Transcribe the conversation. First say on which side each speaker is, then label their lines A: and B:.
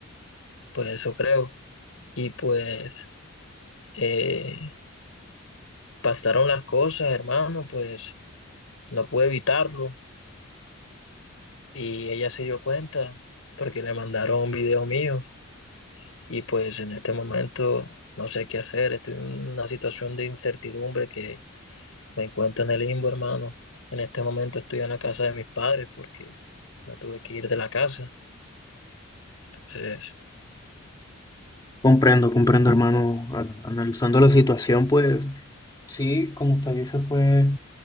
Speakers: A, on the left; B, on the left.
A: pues eso creo. Y pues eh, pasaron las cosas, hermano, pues no pude evitarlo y ella se dio cuenta porque le mandaron un video mío y pues en este momento no sé qué hacer, estoy en una situación de incertidumbre que me encuentro en el limbo, hermano. En este momento estoy en la casa de mis padres porque me tuve que ir de la casa. Entonces,
B: Comprendo, comprendo, hermano. A- Analizando la situación, pues Sí, como usted dice, fue